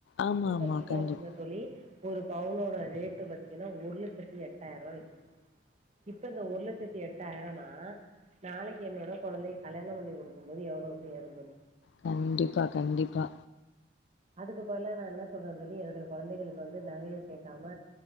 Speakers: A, on the left (about 85°); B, on the right (about 40°).
A: ஆமா
B: இப்ப
A: ஆமா
B: பாத்தீங்கனா
A: கண்டிப்
B: சின்னது தோழி ஒரு பவுனோட ரேட்டு பாத்தீங்கனா ஒரு லெச்சத்தி எட்டாயிருவா விக்குது இப்ப இந்த ஒரு லெச் சத்தி எட்டாயிரனா நாளைக்கு என்னோட கொழந்தைய கல்யாண பண்ணி குடுக்கும் போது எவ்ளோக்கு ஏறு தோழி
A: கண்டிப்பா கண்டிப்பா
B: அதுக்கு பதுலா நா என்ன சொல்றே தோழி என்னுடைய கொழந்தைகளுக்கு வந்து நகையே சேக்காம